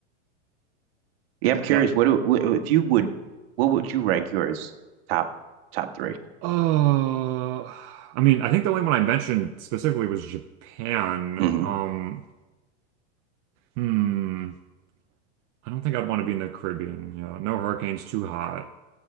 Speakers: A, on the right (about 60°); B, on the right (about 35°).
A: Yeah, I'm curious.
B: Yeah.
A: What, do- wh- if you would? What would you rank yours top top three?
B: Oh, I mean, I think the only one I mentioned specifically was Japan.
A: Mm-hmm.
B: Um, hmm. I don't think I'd want to be in the Caribbean. Yeah, no hurricanes, too hot.